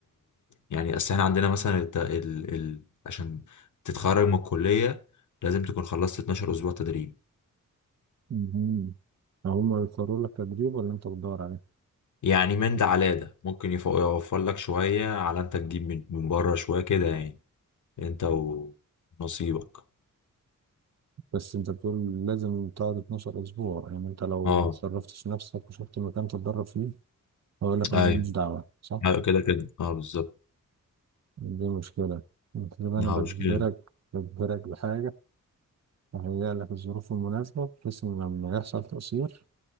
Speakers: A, on the left; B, on the right.
A: يعني اصل احنا عندنا مثلا الت... ال... ال... عشان تتخرج من الكلية لازم تكون خلصت 12 اسبوع تدريب
B: مهم. هما بيقرروا لك تدريب ولا انت بتدور عليه
A: يعني من ده على ده ممكن يف- يوفر لك شوية على انت تجيب من من بره شوية كده يعني انت ونصيبك
B: بس انت بتقول لازم تقعد 12 اسبوع يعني انت لو
A: اه
B: متصرفتش نفسك وشفت مكان تتدرب فيه هقول لك انا
A: ايوه
B: ماليش دعوة صح؟
A: ايوه كده كده اه بالظبط
B: دي مشكلة انت كده انا
A: اه
B: بجبرك
A: مش كده
B: بجبرك بحاجة اهيئ لك الظروف المناسبة بحيث ان لما يحصل تقصير